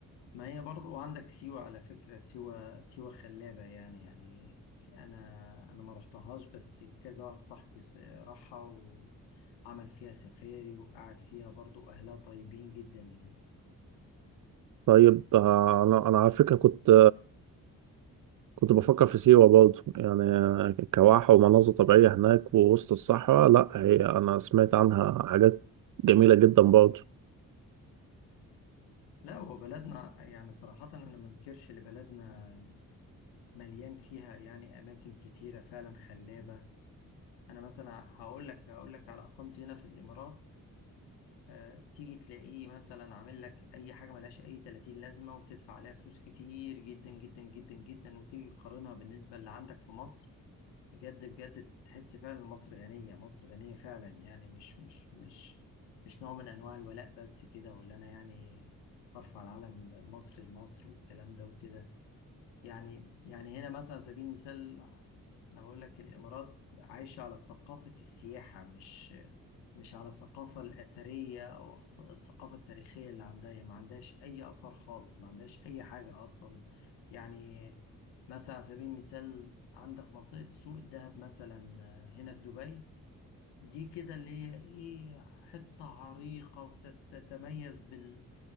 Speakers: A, on the left; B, on the right.
A: ما هي برضو وعندك سيوة على فكرة سيوة سيوة خلابة يعني يعني انا انا ما رحتهاش بس كذا واحد صاحبي س- راحها وعمل فيها سفاري وقعد فيها برضو اهلها طيبين جدا يعني
B: طيب آه، انا انا على فكره كنت كنت بفكر في سيوة برضه يعني كواحة ومناظر طبيعية هناك ووسط الصحراء لا هي أنا سمعت عنها حاجات جميلة جدا برضه
A: لا هو بلدنا يعني صراحة أنا ما انكرش إن بلدنا مليان فيها يعني أماكن كتيرة فعلا خلابة أنا مثلا هقول لك هقول لك على إقامتي هنا في الإمارات آه، تيجي تلاقيه مثلا عامل لك أي حاجة ملهاش أي 30 لازمة وتدفع عليها فلوس كتير جدا جدا جدا جدا وتيجي تقارنها بالنسبة اللي عندك في مصر بجد بجد تحس فعلا مصر غنية مصر غنية فعلا يعني مش مش مش مش نوع من أنواع الولاء بس كده ولا أنا يعني برفع العلم المصري لمصر والكلام ده وكده يعني يعني هنا مثلا على سبيل المثال انا بقول لك الامارات عايشه على ثقافه السياحه مش مش على الثقافه الاثريه او الث- الثقافه التاريخيه اللي عندها هي ما عندهاش اي اثار خالص ما عندهاش اي حاجه اصلا يعني مثلا على سبيل المثال عندك منطقه سوق الذهب مثلا هنا في دبي دي كده اللي هي ايه حته عريقه وتتميز بال